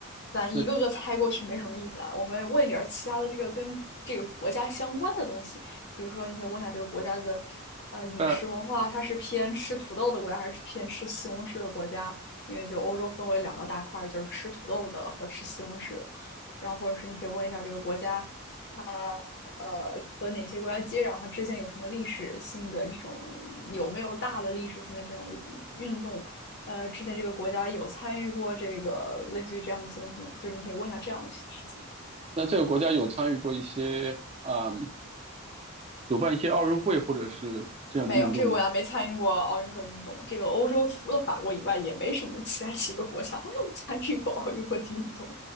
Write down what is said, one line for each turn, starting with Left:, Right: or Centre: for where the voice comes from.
Left: 咱一个个猜过去没什么意思啊。
Right: 那
Left: 我们问一点儿其他的这个跟这个国家相关的东西，比如说你可以问一下这个国家的呃饮食文化，
Right: 呃，
Left: 它是偏吃土豆的国家还是偏吃西红柿的国家？因为就欧洲分为两个大块儿，就是吃土豆的和吃西红柿的。然后或者是你可以问一下这个国家。它呃和哪些国家接壤？它之前有什么历史性的这种有没有大的历史性的这种运动？呃，之前这个国家有参与过这个类似于这样的一些东西吗？就是你可以问一下这样的事情。
Right: 那这个国家有参与过一些啊、主办一些奥运会或者是这样的运动吗？
Left: 没有，这个国家没参与过奥运会的运动。这个欧洲除了法国以外，也没什么其他几个国家 <laughs> 参与过奥运会的运动，